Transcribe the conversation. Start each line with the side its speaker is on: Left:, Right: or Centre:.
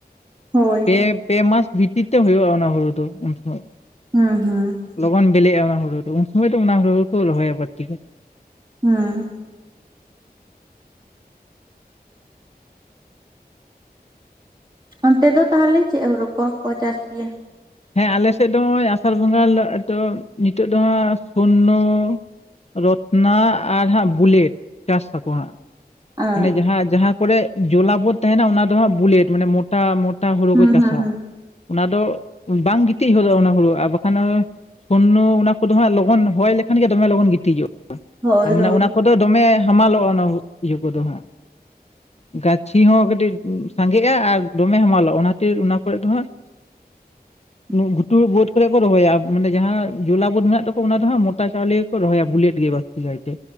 Right: ᱦᱳᱭ
Left: ᱯᱮ ᱯᱮ ᱢᱟᱥ ᱵᱷᱤᱛᱤᱨ ᱛᱮ ᱦᱩᱭᱩᱜᱼᱟ ᱚᱱᱟ ᱦᱩᱲᱩ ᱫᱚ ᱩᱱ ᱥᱩᱢᱚᱭ
Right: ᱦᱩᱸ ᱦᱩᱸ
Left: ᱞᱚᱜᱚᱱ ᱵᱮᱞᱮᱜᱼᱟ ᱚᱱᱟ ᱦᱩᱲᱩ ᱫᱚ ᱩᱱ ᱥᱚᱢᱚᱭ ᱫᱚ ᱚᱱᱟ ᱦᱩᱲᱩ ᱫᱩᱠᱚ ᱨᱚᱦᱚᱭᱟ ᱵᱟᱹᱲᱛᱤ ᱜᱮ
Right: ᱦᱩᱸ ᱚᱱᱛᱮ ᱫᱚ ᱛᱟᱦᱞᱮ ᱪᱮᱜ ᱦᱳᱨᱳ ᱠᱚ ᱠᱚ ᱪᱟᱥ ᱜᱤᱭᱟ?
Left: ᱦᱮᱸ ᱟᱞᱮᱥᱮᱜ ᱫᱚ ᱦᱚᱜᱼᱚᱭ ᱟᱥᱟᱲ ᱵᱚᱸᱜᱟ ᱞᱚᱜ ᱛᱚ ᱱᱤᱛᱚᱜ ᱫᱚ ᱦᱟᱸᱜ ᱥᱳᱱᱱᱳ ᱨᱚᱛᱱᱟ ᱟᱨ ᱦᱟᱸᱜ ᱵᱩᱞᱮᱴ ᱪᱟᱥ ᱟᱠᱚ ᱦᱟᱸᱜ᱾
Right: ᱚ
Left: ᱢᱟᱱᱮ ᱡᱟᱦᱟᱸ ᱡᱟᱦᱟᱸ ᱠᱚᱨᱮ ᱡᱚᱞᱟᱵᱳᱫ ᱛᱟᱦᱮᱱᱟ ᱚᱱᱟ ᱫᱚᱦᱟᱸᱜ ᱵᱩᱞᱮᱴ ᱢᱟᱱᱮ ᱢᱚᱴᱟ ᱢᱚ ᱴᱟ ᱦᱳᱲᱳ
Right: ᱦᱩᱸ
Left: ᱠᱚ ᱪᱟᱥᱟ
Right: ᱦᱩᱸ ᱦᱩᱸ
Left: ᱚᱱᱟ ᱫᱚ ᱵᱟᱝ ᱜᱤᱛᱤᱡ ᱦᱚᱫᱚᱜᱼᱟ ᱚᱱᱟ ᱦᱳᱲᱳ ᱟᱨ ᱵᱟᱠᱷᱟᱱ ᱫᱚ ᱯᱳᱱᱱᱳ ᱚᱱᱟ ᱠᱚᱫᱚ ᱦᱟᱸᱜ ᱞᱚᱜᱚᱱ ᱦᱚᱭ ᱞᱮᱠᱷᱟᱱ ᱜᱮ ᱫᱚᱢᱮ ᱞᱚᱜᱚᱱ ᱜᱤᱛᱤᱡᱚᱜ
Right: ᱦᱳᱭ
Left: ᱟ ᱢᱟᱱᱮ
Right: ᱦᱳᱭ
Left: ᱚᱱᱟ ᱠᱚᱫᱚ ᱫᱚᱢᱮ ᱦᱟᱢᱟᱞᱚᱜᱼᱟ ᱚᱱᱟ ᱤᱭᱟᱹ ᱠᱚᱫᱚ ᱦᱟᱸᱜ᱾ ᱜᱟᱪᱷᱤ ᱦᱚᱸ ᱠᱟᱹᱴᱤᱡ ᱥᱟᱸᱜᱮᱜᱼᱟ ᱟᱨ ᱰᱚᱢᱮ ᱦᱟᱢᱟᱞᱚᱜᱼᱟ ᱚᱱᱟᱛᱮ ᱚᱱᱟ ᱠᱚᱨᱮ ᱫᱚ ᱦᱟᱸᱜ
Right: <unintelligible>
Left: ᱱᱩ ᱜᱷᱩᱴᱩ ᱵᱟᱹᱫ ᱠᱚᱨᱮ ᱠᱚ ᱨᱚᱦᱚᱭᱟ ᱢᱟᱱᱮ ᱡᱟᱦᱟᱸ ᱡᱚᱞᱟ ᱵᱟᱹᱫ ᱢᱮᱱᱟᱜ ᱛᱟᱠᱚ ᱚᱱᱟ ᱫᱚ ᱦᱟᱸᱜ ᱢᱚᱴᱟ ᱪᱟᱣᱞᱮ ᱠᱳ ᱨᱚᱦᱚᱭᱟ ᱵᱩᱞᱮᱴ ᱜᱮ ᱵᱟᱹᱲᱛᱤ ᱠᱟᱭᱛᱮ